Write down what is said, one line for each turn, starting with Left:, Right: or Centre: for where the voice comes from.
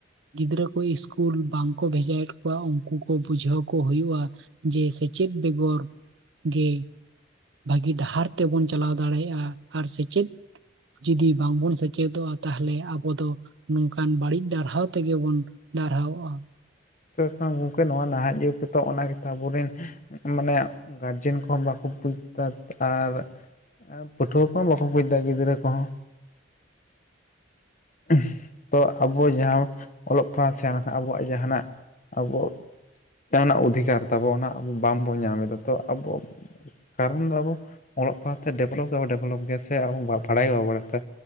Right: ᱜᱤᱫᱽᱨᱟᱹ ᱠᱚ ᱤᱥᱠᱩᱞ ᱵᱟᱝ ᱠᱚ ᱵᱷᱮᱡᱟᱭᱮᱫ ᱠᱚᱣᱟ ᱩᱱᱠᱩ ᱠᱚ ᱵᱩᱡᱷᱟᱹᱣ ᱠᱚ ᱦᱩᱭᱩᱜᱼᱟ ᱡᱮ ᱥᱮᱪᱮᱫ ᱵᱮᱜᱚᱨ ᱜᱮ ᱵᱷᱟᱹᱜᱤ ᱰᱟᱦᱟᱨ ᱛᱮᱵᱚᱱ ᱪᱟᱞᱟᱣ ᱫᱟᱲᱮᱭᱟᱜᱼᱟ ᱟᱨ ᱥᱮᱪᱮᱫ ᱡᱤᱫᱤ ᱵᱟᱝᱵᱚᱱ ᱥᱮᱪᱮᱫᱚᱜᱼᱟ ᱛᱟᱦᱚᱞᱮ ᱟᱵᱚ ᱫᱚ ᱱᱚᱝᱠᱟᱱ ᱵᱟᱹᱲᱤᱡ ᱰᱟᱨᱦᱟᱣ ᱛᱮᱜᱮᱵᱚᱱ ᱰᱟᱨᱦᱟᱣᱚᱜᱼᱟ
Left: <inaudible> ᱜᱚᱝᱠᱮ ᱱᱚᱣᱟ ᱱᱟᱦᱟᱜ ᱡᱩᱜᱽ ᱛᱚ ᱚᱱᱟ ᱜᱮᱛᱚ ᱟᱵᱚᱨᱮᱱ ᱢᱟᱱᱮ ᱜᱟᱨᱡᱮᱱ ᱠᱚᱦᱚ ᱵᱟᱠᱚ ᱵᱩᱡ ᱫᱟ ᱟᱨ ᱯᱟᱹᱴᱷᱩᱣᱟᱹ ᱠᱚᱦᱚ ᱵᱟᱠᱚ ᱵᱩᱡ ᱫᱟ ᱜᱤᱫᱽᱨᱟᱹ ᱠᱚᱦᱚ <inaudible> ᱛᱚ ᱟᱵᱚ ᱡᱟᱦᱟᱸ ᱚᱞᱚᱜ ᱯᱟᱲᱦᱟᱜ ᱥᱮᱬᱟ ᱞᱮᱠᱷᱟᱱ ᱟᱵᱚᱣᱟᱜ ᱡᱟᱦᱟᱱᱟᱜ ᱟᱵᱚ ᱡᱟᱦᱟᱱᱟᱜ ᱚᱫᱷᱤᱠᱟᱨ ᱛᱟᱵᱚ ᱚᱱᱟ ᱟᱵᱚ ᱵᱟᱝᱵᱚᱱ ᱧᱟᱢ ᱮᱫᱟ ᱛᱚ ᱟᱵᱚ᱾ ᱠᱟᱨᱚᱱ ᱫᱚ ᱟᱵᱚ ᱚᱞᱚᱜ ᱯᱟᱲᱦᱟᱜ ᱛᱮ ᱰᱮᱵᱷᱞᱚᱯ ᱜᱮ ᱰᱮᱵᱷᱞᱚᱯ ᱜᱮᱭᱟ ᱥᱮ ᱟᱨᱦᱚ <unintelligible> ᱵᱟᱲᱟᱭ ᱜᱮ ᱵᱟᱵᱚ ᱵᱟᱲᱟᱭ ᱛᱮ᱾